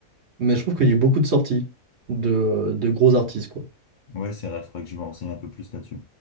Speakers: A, on the right; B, on the left.
A: mais je trouve qu'il y a eu beaucoup de sorties de, de gros artistes, quoi.
B: Ouais, c'est vrai, il faudrait que je me renseigne un peu plus là-dessus.